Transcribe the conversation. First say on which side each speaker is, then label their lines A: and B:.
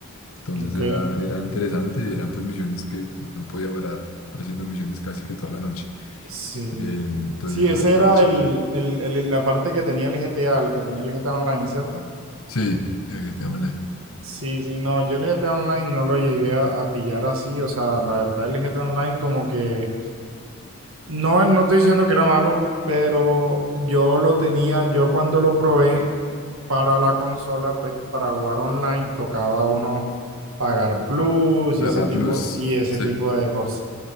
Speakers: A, on the left; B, on the right.
A: Entonces
B: ok,
A: era, era interesante y eran pues misiones que no podía durar haciendo misiones casi que toda la noche.
B: sí.
A: Eh, entonces
B: Sí,
A: eso,
B: ese
A: eso
B: era
A: era chévere.
B: el, el- el- la parte que tenía el GTA, el que tenía el GTA Online, ¿cierto?
A: Sí, el G T A Online.
B: Sí, sí, no, yo el GTA Online no lo llegué a, a pillar así, o sea, la verdad el GTA Online como que, no, no estoy diciendo que era malo, pero yo lo tenía, yo cuando lo probé para la consola, pues para jugar online tocaba uno pagar plus
A: Plaga
B: y ese tipo
A: Plus.
B: y ese
A: Sí,
B: tipo de cosas.